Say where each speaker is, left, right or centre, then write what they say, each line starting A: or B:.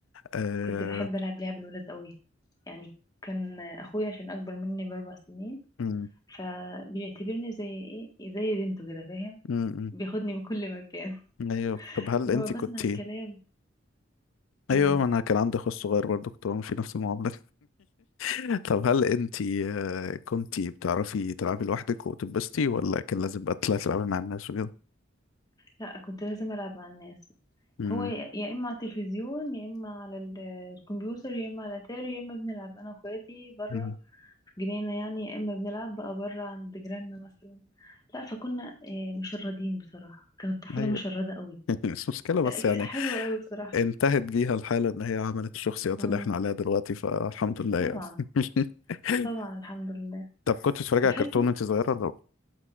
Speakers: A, on the left; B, on the left.
A: آه...
B: كنت بحب العب لعب الولاد قوي يعني كان اخويا عشان اكبر مني باربع سنين
A: مم،
B: فبيعتبرني زي ايه زي بنته كده فاهم
A: مم،
B: بياخدني من كل مكان
A: مم. أيوه
B: <laughs>
A: طب هل
B: اللي
A: أنت
B: هو بسمع
A: كنت
B: الكلام
A: أيوه
B: مم.
A: ما أنا كان عندي أخو صغير برضه كنت بعمل في نفس المعاملة <laughs> طب هل أنت آه، كنت بتعرفي تلعبي لوحدك وتتبسطي ولا كان لازم بقى تطلعي تلعبي مع الناس
B: لا كنت لازم ألعب مع الناس
A: مم.
B: هو يا يا إما على التلفزيون يا إما على ال- الكمبيوتر يا إما على الأتاري يا إما بنلعب أنا وأخواتي برا
A: مم.
B: في جنينة يعني يا إما بنلعب بقى برا عند جيراننا مثلا لا فكنا آه، مشردين بصراحة كانت الطفولة
A: هي
B: مشردة قوي
A: <laughs> مش مشكلة بس
B: آه،
A: يعني
B: حلوة قوي بصراحة
A: انتهت بيها الحالة ان هي عملت الشخصيات
B: امم
A: اللي احنا عليها دلوقتي فالحمد لله
B: طبعا
A: يعني <laughs>
B: طبعا الحمد لله
A: طب كنت بتتفرج
B: بحس
A: على كرتون وانت صغيرة ولا